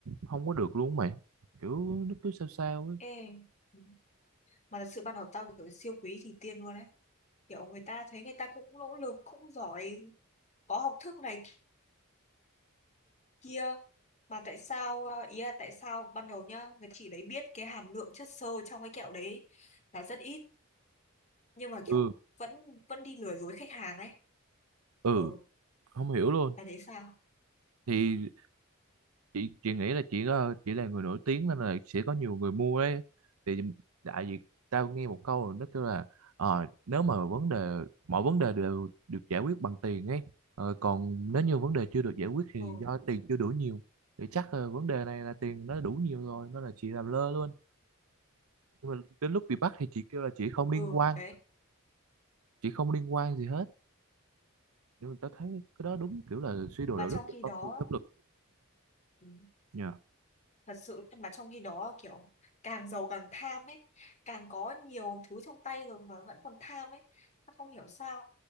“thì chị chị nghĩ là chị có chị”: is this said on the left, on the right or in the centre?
Right